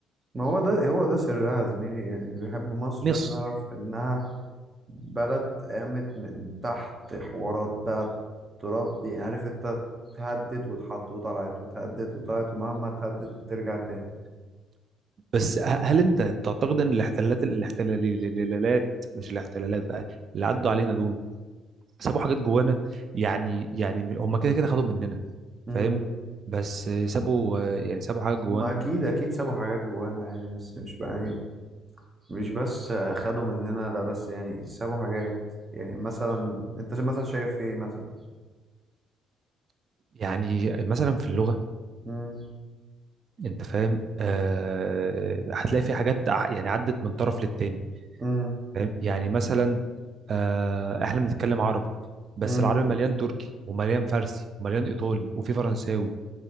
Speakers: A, on the right; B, on the right.
A: ما هو ده هو ده سرها يا زميلي يعني اللي بيحب مصر
B: مصر
A: لازم يعرف إنها بلد قامت من تحت حوارات بقى تراب دي عارف أنت اتهدت واتحط وطلعت واتهدت وطلعت ومهما اتهدت بترجع تاني
B: بس ه- هل انت تعتقد ان الاحتلالات الاحتلالات مش الاحتلالات بقى اللي عدوا علينا دول سابوا حاجات جوانا يعني يعني هم كده كده خدوا مننا
A: مم.
B: فاهم بس سابوا يعني سابوا حاجات جوانا
A: ما أكيد أكيد سابوا حاجات جوانا يعني بس مش بقى يعني مش بس خدوا مننا لا بس يعني سابوا حاجات يعني مثلا أنت مثلا شايف إيه مثلا
B: يعني مثلا في اللغة
A: مم.
B: انت فاهم آه هتلاقي في حاجات ع- يعني عدت من طرف للتاني
A: مم.
B: فاهم يعني مثلا آه احنا بنتكلم عربي بس
A: مم.
B: العربي مليان تركي ومليان فارسي ومليان ايطالي وفي فرنساوي